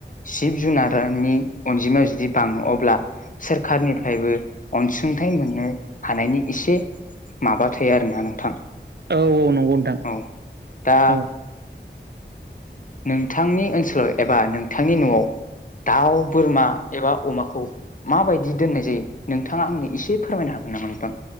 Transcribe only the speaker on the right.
औ औ नंगौ नोंथां
औ